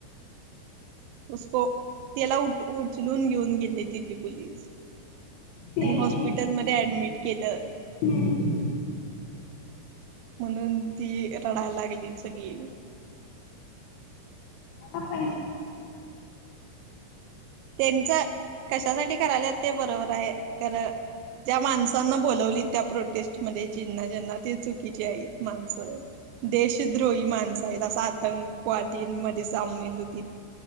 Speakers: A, on the right; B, on the left.
A: कसको त्याला उठ उचलून घेऊन गेले दि लिप स
B: ते
A: आणि
B: नाही
A: हॉस्पिटल मध्ये ऍडमिट केलं
B: हम्म
A: म्हणून ती रडायला लागली सगळी
B: चला पैसे नाही मिळाले.
A: त्यांच कशासाठी करायला ते बरोबर आहे खरं त्या्या माणसांना बोलावली त्या प्रोटेस्ट मध्ये ज्यांना ज्यांना ते चुकीचे आहेत माणसं देशद्रोही माणसं आहेत असा आतंकवादीमध्ये सामील होती